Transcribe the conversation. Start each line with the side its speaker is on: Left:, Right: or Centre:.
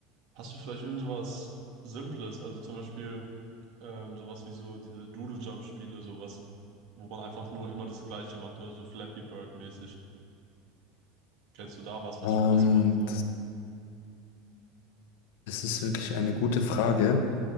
Right: Hast du vielleicht irgend sowas Simples, also zum Beispiel ähm, sowas wie so diese Doodle-Jump-Spiele, sowas, wo man einfach nur immer das Gleiche macht oder so Flappy Bird-mäßig. Kennst du da was, was
Left: Ähm,
Right: Spaß macht? So.
Left: das, das ist wirklich eine gute Frage.